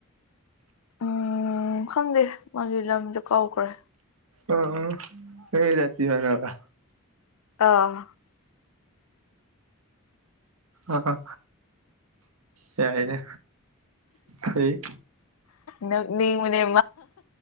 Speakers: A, on the left; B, on the right.
A: ꯎꯝ ꯈꯪꯗꯦ ꯃꯥꯒꯤ ꯔꯝꯗꯣ ꯀꯥꯎꯈ꯭ꯔꯦ
B: ꯑꯣ ꯍꯖꯇ ꯃꯅ
A: ꯑꯥ
B: ꯑ ꯌꯥꯏꯅꯦ ꯑꯩꯣꯏ
A: ꯅꯛꯅꯤꯡꯕꯅꯦ